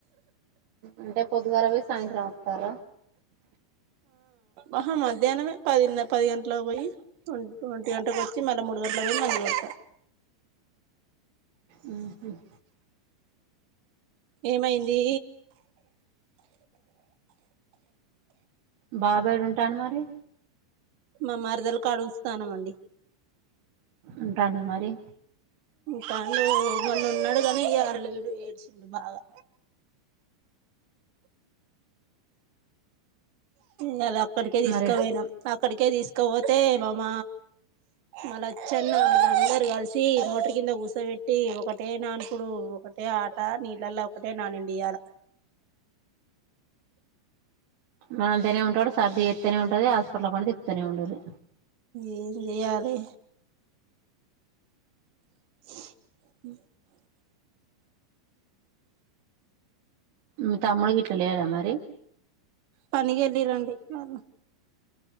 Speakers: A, on the right; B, on the right.
A: అంటే పొద్గారావి సాయంత్రం తర
B: అహ మధ్యాహ్నమే పదిన్న పది గంటలకు పోయి ఒన్ ఒంటి గంటకు వచ్చి మళ్ళ మూడు గంటలకు పోయి మళ్ళీ పోత
A: మ్మ్ హ్మ్
B: ఏమైంది
A: బాబేడుంటాండు మరి
B: మామరదల కాడ ఉంచుతానం అండి
A: ఉంటాండ మరి
B: కానీ మొన్న ఉన్నడు కానీ అరలేడు ఇయాల ఏడ్చిండు బాగా నెల అక్కడికే తీసకపోయినాం
A: మరి
B: అక్కడికే తీసకపోతే మామ మా లచ్చన్న వాళ్ళ అందరు కలిసి మోటరు కింద కూసబెట్టి ఒకటే నానుపుడు ఒకటే ఆట నీళ్ళలా ఒకటే నానిండియాల
A: నాంతనే ఉంటాడు సర్ది చేత్తనే ఉంటది హాస్పిటల్లో పడి తిప్తనే ఉండుర్రి
B: ఏం చేయాలి హ
A: మీ తమ్ముడు గిట్ల లేడా మరి
B: పనికెళ్ళిరండి మమ